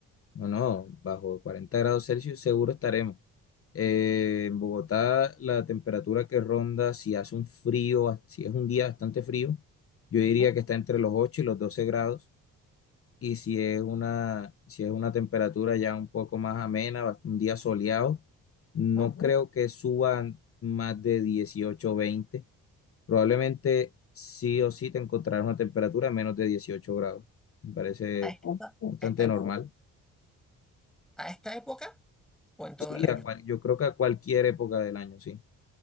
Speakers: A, on the left; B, in the centre.
A: No, no, bajo 40 grados Celsius seguro estaremos. Eh, en Bogotá la temperatura que ronda, si hace un frío, si es un día bastante frío, yo diría
B: Ujú,
A: que está entre los 8 y los 12 grados. Y si es una, si es una temperatura ya un poco más amena, bas- un día soleado, no
B: ujú.
A: creo que suban más de 18 o 20. Probablemente sí o sí te encontrarás una temperatura de menos de 18 grados. Me parece
B: A esta,
A: bastante
B: a esta época.
A: normal.
B: A esta época o en todo
A: Sí,
B: el año.
A: a cual- yo creo que a cualquier época del año, sí.